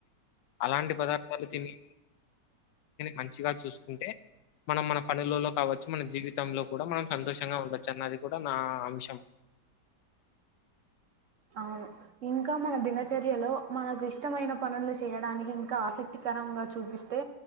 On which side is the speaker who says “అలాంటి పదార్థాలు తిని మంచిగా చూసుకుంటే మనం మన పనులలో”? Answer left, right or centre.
Left